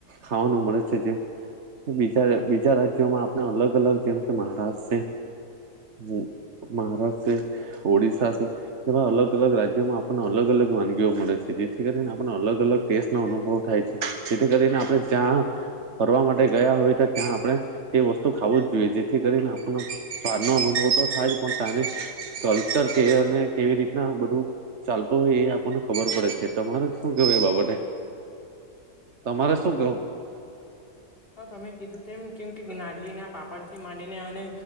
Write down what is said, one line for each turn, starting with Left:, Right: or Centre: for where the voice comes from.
Right: ખાવાનું મળે છે જે બીજા બીજા રાજ જેમાં આપણે અલગ-અલગ જેમ કે મહારાષ્ટ છે હું મહારાષ્ટ્ર છે, ઓડિશા છે. એવા અલગ અલગ રાજ્યોમા આપણને અલગ-અલગ વાનગીઓ મળે છે જેથી કરીને આપણને અલગ-અલગ ટેસ્ટ નો અનુભવ થાય છે. જેથી કરીને આપણે જ્યાં ફરવા માટે આપ ગયા હોય તો ત્યાં આપણે તે વસ્તુ ખાવું જ જોઈએ જેથી કરીને સ્વાદ નો અનુભવ તો થાય જ પણ તને કલ્ચર કે અને કેવી રીતે ના બધું ચાલતું હોય એ આપણને ખબર પડે છે તમારે
Left: હા
Right: શું કેવું એ બાબતે તમારે શું કેવું
Left: <unintelligible> હા તમે કીધું તેમ કેમ કે નાગલી ના પાપડ થી માંડીને અને